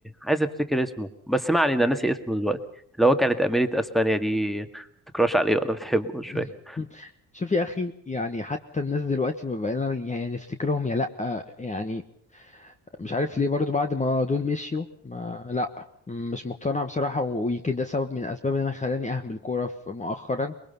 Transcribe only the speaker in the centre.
عايز افتكر اسمه بس ما علينا ناسي اسمه دلوقتي اللي هو كانت
أميرة اسبانيا دي بتكراش عليه ولا بتحبه
مش فاكر